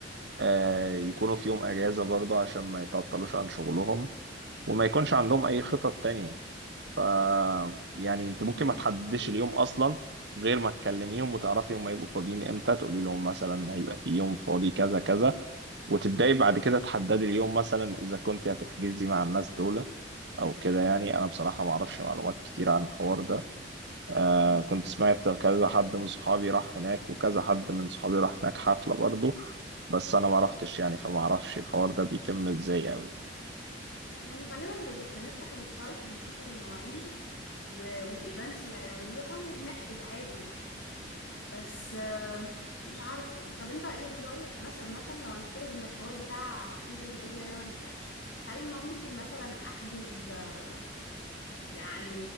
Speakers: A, on the right (about 65°); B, on the left (about 90°).
A: آه، يكونوا في يوم اجازه برضه عشان ما يتعطلوش عن شغلهم وما يكونش عندهم اي خطط تانية ف يعني انت
B: فهماك
A: ممكن ما تحددش
B: اه
A: اليوم اصلا غير ما تكلميهم وتعرفي هم هيبقوا فاضيين امتى تقولي لهم مثلا هيبقى في يوم فاضي كذا كذا وتبداي بعد كده تحددي اليوم مثلا اذا كنت هتحجزي مع الناس دول او كده يعني انا بصراحه ما اعرفش معلومات كتير عن الحوار ده آه
B: مم.
A: كنت سمعت كذا حد من صحابي راح هناك وكذا حد من صحابي راح هناك حفلة برضه بس أنا ما رحتش يعني فما أعرفش الحوار ده بيتم إزاي أوي
B: يعني غالبا بت- بنفتح الويب سايت وبنشوف المواعيد و- والايفنتس اللي هيعملوها وبنحجز عادي يعني بس آه، مش عارفة طب انت ايه من رأيك مثلا مثلا لو هنفترض ان الحوار بتاع محمية وادي دجلة ده ما ينفعش هل ممكن مثلا احجز آه، يعني